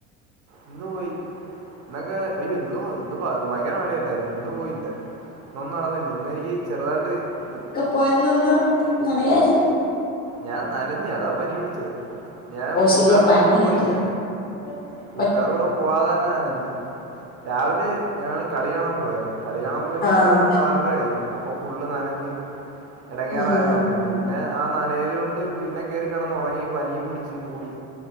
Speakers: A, on the right (about 40°); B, on the left (about 25°).
A: ഇന്ന് പോയി ഇന്നക്കെ അയെ ഇന്നും ഇന്ന് ഭയങ്കര മഴയില്ല ഇന്നും പോയില്ല ഇൊന്നും നടന്നില്ല ഇന്ന്നിക്ക് ചെറുതായിട്ട് ത്
B: പോയെന്നന്ന് നനയായിരുന്നു
A: ഞാൻ നനഞ് അതാ പനി പിടിച്ചത് ഞാൻ
B: ഓ
A: കൂട്ടുകാരോടൊന്നും
B: ശരിയാ പനിയല്ലേ
A: പോയില്ല
B: <unintelligible>
A: കൂട്ടുകാര കൂടെ പോവാതെ തന്നെ നനന്നു രാവിലെ ഞങ്ങള് കളിയാണാൻ പോയരുന്നു കളിയാണാൻ പോയി തിരിച്ച
B: ആഹ്
A: വന്നപ്പോ ആര ര കഴിഞ്ഞ് അപ്പോൾ ഫുള്ള് നനഞ്ഞ് ഇടങ്ങേറായോ
B: ഉം
A: <unintelligible> പിന്നെ ആ നനയൽ കൊണ്ട് പിന്നെ കയറിക്കിടന്നുറങ്ങി പനിയും പിടിച്ച് കൂടി